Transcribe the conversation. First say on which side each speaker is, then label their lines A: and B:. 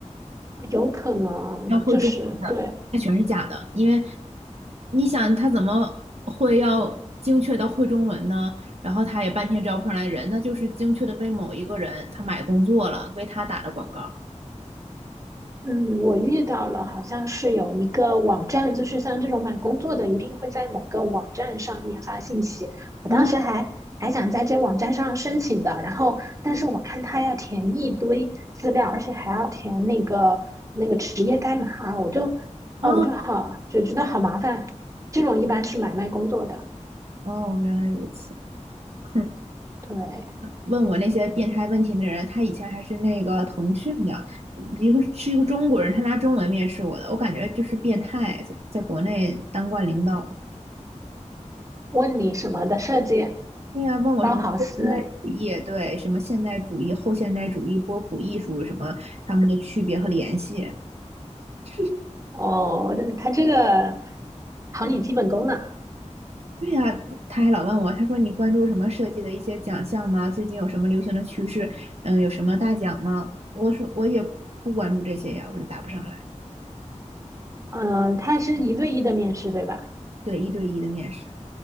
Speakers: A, on the right; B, on the right.
A: 有可能就是对，
B: 要会中文的，它全是假的。因为你想他怎么会要精确到会中文呢？然后他也半天招不上来人，那就是精确的为某一个人他买工作了，为他打的广告
A: 嗯，我遇到了，好像是有一个网站，就是像这种买工作的，一定会在某个网站上面发信息。我当时还还想在这网站上申请的，
B: 啊
A: 然后但是我看他要填一堆资料，而且还要填那个那个职业代码啊，我就啊、
B: 啊。
A: 我就好就觉得好麻烦。这种一般是买卖工作的，
B: 哦，原来如此。哼，
A: 对，
B: 问我那些变态问题的人，他以前还是那个腾讯的，一个是一个中国人，他拿中文面试我的，我感觉就是变态，在在国内当惯领导。
A: 问你什么的设计，
B: 对呀、问我什么后现代主义，
A: 包好思，
B: 对，什么现代主义、后现代主义、波普艺术什么他们的区别和联系。<laughs>
A: 哦，他这个考你基本功呢。
B: 对呀、他还老问我，他说你关注什么设计的一些奖项吗？最近有什么流行的趋势？嗯，有什么大奖吗？我说我也不关注这些呀，我就答不上来。
A: 嗯，它是一对一的面试，对吧？
B: 对，一对一的面试。